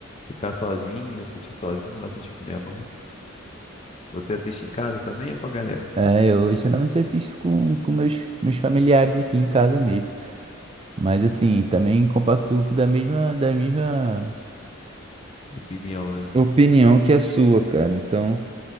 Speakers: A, on the left; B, on the right.
A: ficar sozinho, assistir sozinho, assistir com minha mãe. Você assiste em casa também é com a galera?
B: É, eu geralmente assisto com, com meus, meus familiares aqui em casa mesmo. Mas assim, também compacto da mesma, da mesma
A: Opinião, né?
B: opinião que a sua, cara. Então,